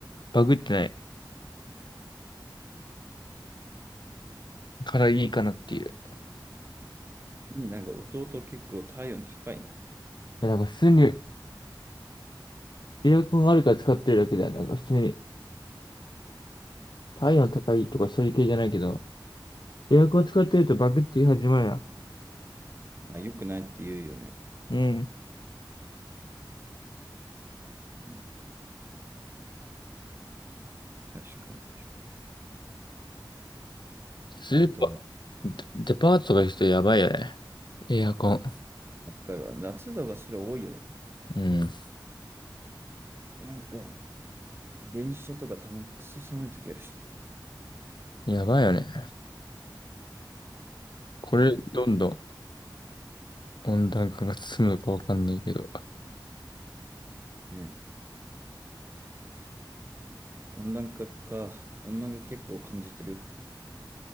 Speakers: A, on the left (about 65°); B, on the right (about 30°).
A: バグってない。からいいかなっていう。い
B: なんか弟結構体温高いの。
A: や、なんか普通にエアコンあるから使ってるだけだよ。なんか普通に体温高いとかそういう系じゃないけど、エアコン使ってるとバグって始まるやん。
B: あ、良くないって言うよね。
A: うん。
B: うん。確かに確か
A: スーパ
B: に。あと、
A: ー、デパートとか行くとやばいよね。エアコン。
B: わかるわ。夏とかそれ多いよね。
A: うん。
B: なんか、電車とか多分クソ寒い時あるしね。
A: やばいよね。これ、
B: うん
A: どんどん温暖化が進むのかわかんないけど。
B: ね。温暖化か。温暖化結構感じてる。